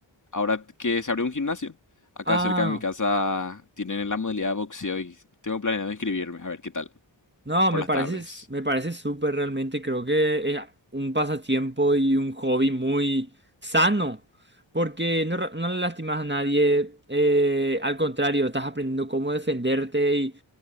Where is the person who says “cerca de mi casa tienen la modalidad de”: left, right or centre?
Left